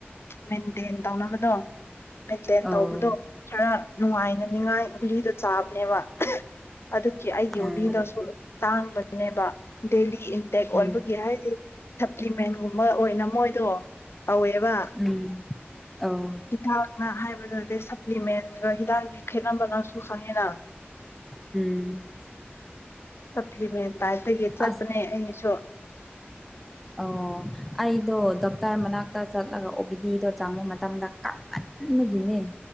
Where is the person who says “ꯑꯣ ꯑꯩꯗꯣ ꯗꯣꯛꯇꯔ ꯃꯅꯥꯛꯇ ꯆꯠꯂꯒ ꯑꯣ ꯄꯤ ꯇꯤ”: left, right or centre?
Centre